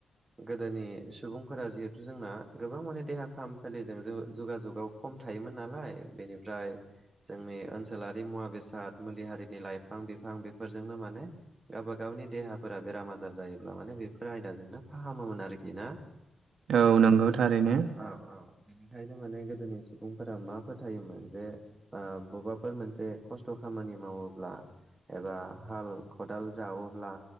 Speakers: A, on the right; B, on the right.
A: गोदोनि सुबुंफोरा जिहेथु जोंना गोबां माने देहा फाहामसालिजों ज जगाजुगाव खम थायोमोन नालाय बेनिफ्राय जोंनि ओनसोलारि मुवा बेसाद मुलि हारिनि लाइफां बिफां बेफोरजोंनो माने गावबा गावनि देहाफोरा बेराम आजार जायोब्ला माने बेफोर आयदाजोंनो फाहामोमोन आरोखि ना।
B: औ नंगौथारै नो।
A: औ बेनिखायनो माने गोदोनि सुबुंफोरा मा फोथायोमोन? जे बबेबाफोर मोनसे खस्थ' खामानि मावोब्ला एबा हाल खदाल जावोब्ला,